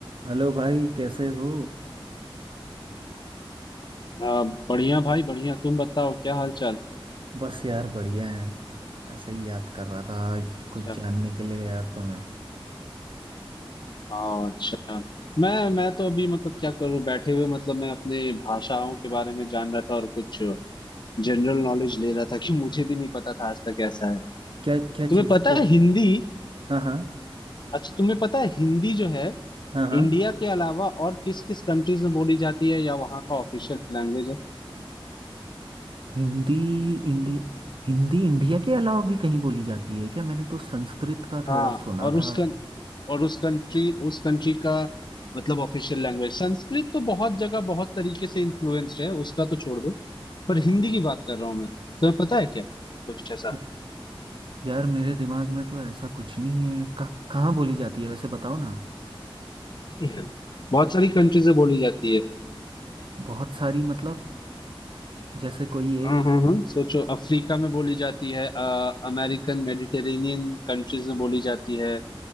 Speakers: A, on the right (about 60°); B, on the left (about 50°).
A: Hello भाई कैसे हो
B: अ, बढ़िया भाई बढ़िया तुम बताओ क्या हाल चाल
A: बस यार बढ़िया है ऐसे ही याद कर रहा था आज कुछ
B: अच्छा
A: जानने के लिए यार तुम्हें
B: हाँ, अच्छा मैं मैं तो अभी मतलब क्या करूँ बैठे हुए मतलब मैं अपने भाषाओं के बारे में जान रहा था और कुछ जनरल नॉलेज ले रहा था कि मुझे भी नहीं पता था आज तक ऐसा है
A: क्या क्या
B: तुम्हें
A: चीज़
B: पता
A: क्या चीज़
B: है हिंदी
A: हाँ हाँ
B: अच्छा तुम्हें पता है हिंदी जो है
A: हाँ हाँ
B: इंडिया के अलावा और किस किस कंट्रीज में बोली जाती है या वहाँ का ऑफिशियल लैंग्वेज है
A: हिंदी इंडी हिंदी इंडिया के अलावा भी कहीं बोली जाती है क्या मैंने तो संस्कृत का थोड़ा
B: हाँ
A: सुना
B: और उसका
A: था
B: और उस कंट्री उस कंट्री का मतलब ऑफिशियल लैंग्वेज संस्कृत तो बहुत जगह बहुत तरीके से इन्फ्लुएंस्ड है उसका तो छोड़ दो पर हिंदी की बात कर रहा हूँ मैं तुम्हें पता है क्या कुछ ऐसा
A: या, यार मेरे दिमाग में तो ऐसा कुछ नहीं है का, कहाँ बोली जाती है वैसे बताओ ना
B: <laughs> बहुत सारी कंट्रीज में बोली जाती है
A: बहुत सारी मतलब जैसे कोई
B: हाँ
A: एक
B: हाँ हाँ सोचो अफ्रीका में बोली जाती है अमेरिकन मेडिटेरेनियन कंट्रीज में बोली जाती है